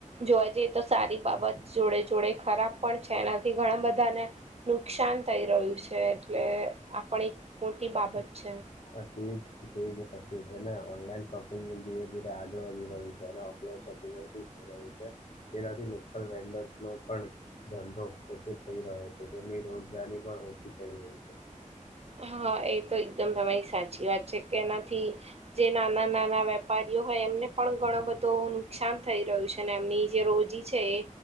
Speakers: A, on the right (about 50°); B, on the left (about 60°).
A: જોવા જઈએ તો સારી બાબત જોડે જોડે ખરાબ પણ છે એનાથી ઘણા બધાને નુકસાન થઈ રહ્યું છે એટલે આ એક મોટી બાબત છે
B: હ તે જસ્તુ છે ને ઓનલાઈન શોપિંગ ધીરે ધીરે આગળ વધી રહ્યું છે છે તેનાથી લોકલ વેન્ડર્સ નો પણ ધંધો ઓછો થઈ રહ્યો છે તેમની રોજગારી પણ ઓછી થઈ રહી છે
A: હા એ તો એકદમ તમારી સાચી વાત છે કે એનાથી જે નાના નાના વેપારી હોય એમને પણ ઘણું બધો નુકસાન થઈ રહ્યું છે અને એમની જે રોજી છે એ